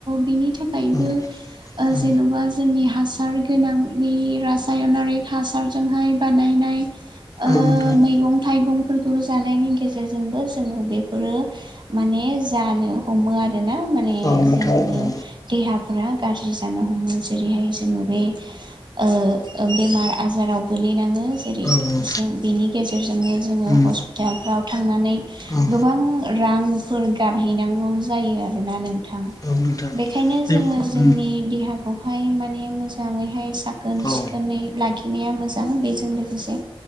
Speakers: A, on the right (about 50°); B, on the left (about 35°).
A: बिनि थाखायबो
B: औ औ
A: जेनबा जोंनि हा हासार गोनां बे रासायनारि हासारजोंहाय बानायनाय। ओ
B: औ नोंथां
A: मैगं थाइगं। फोरखौ जानायनि गेजेरजोंबो जोङो बेफोरो माने जानो हमो आरोना माने
B: औ नोंथां
A: जोंनि
B: औ औ
A: देहाफोरा गाज्रि जानो हमो जेरैहाय जोङो बे। ओ ओ बेमार आजाराव गोलैनाङो जेरै
B: औ
A: जों बेनि गेजेरजोंनो जों। ङो
B: उम
A: हस्पिटालफ्राव थांनानै
B: औ
A: गोबां रां। फोर गारहैनांगौ जायो आरोना नोंथां। थां
B: औ नोंथां
A: बेखायनो
B: बे
A: जोङो जोंनि
B: उम
A: देहाखौहाय माने मोजाङैहाय। साखोन
B: औ उम औ उम औ
A: सिखोनै लाखिनाया मोजां बेजों लोगोसे